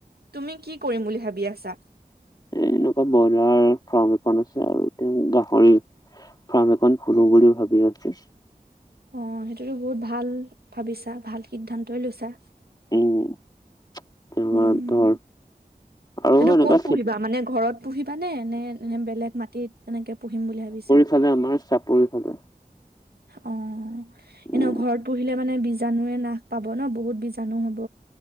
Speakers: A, on the right; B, on the left.
A: তুমি কি কৰিম বুলি ভাবি আছা?
B: এ এনেকুৱা ব্ৰইলাৰ ফাৰ্ম এখন আছে আৰু এতিয়া গাহৰি ফাৰ্ম এখন খোলো বুলি ভাবি আছো।
A: অ সেইটোতো বহুত ভাল ভাবিছা ভাল সিদ্ধান্তই লৈছা।
B: উম তোমাৰ
A: উম,
B: ধৰ আৰু
A: সেইটো
B: এনেকুৱা
A: কত
B: খে
A: পুহিবা মানে ঘৰত পুহিবা নে, নে এনে বেলেগ মাটিত এনেকে পুহিম বুলি ভাবিছা?
B: এইফালে আমাৰ চাপৰি ফালে।
A: অঁহ এনে
B: উম
A: ঘৰত পুহিলে মানে বীজাণুৱে নাশ পাব ন বহুত বীজাণু হব।